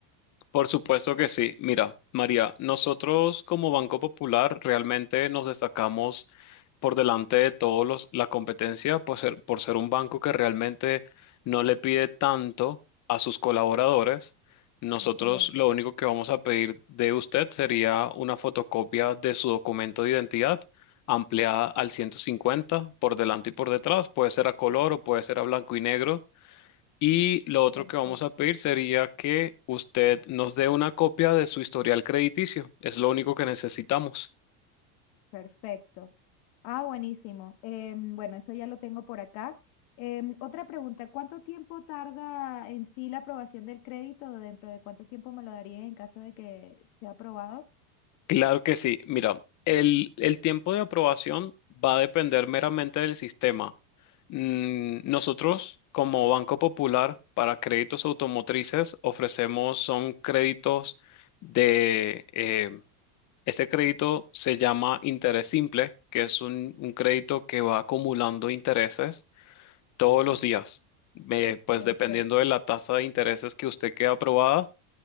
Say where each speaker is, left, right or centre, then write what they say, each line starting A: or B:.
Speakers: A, on the left; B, on the left.
A: Por supuesto que sí. Mira, María, nosotros como Banco Popular realmente nos destacamos por delante de todos los, la competencia por ser, por ser un banco que realmente no le pide tanto a sus colaboradores. Nosotros
B: Excelente,
A: lo único que vamos a pedir de usted sería una fotocopia de su documento de identidad ampliada al 150 por delante y por detrás. Puede ser a color o puede ser a blanco y negro. Y lo otro
B: perfecto.
A: que vamos a pedir sería que usted nos dé una copia de su historial crediticio. Es lo único que necesitamos.
B: Perfecto. Ah, buenísimo. Em, bueno, eso ya lo tengo por acá. Em, otra pregunta, ¿cuánto tiempo tarda en sí la aprobación del crédito? ¿Dentro de cuánto tiempo me lo daría en caso de que sea aprobado?
A: Claro que sí. Mira, el, el tiempo de aprobación va a depender meramente del sistema. Mm, Nosotros, como Banco Popular, para créditos automotrices ofrecemos son créditos de... eh, este crédito se llama interés simple, que es un un crédito que va acumulando intereses todos los días. Me- pues
B: Perfecto.
A: dependiendo de la tasa de intereses que usted quede aprobada,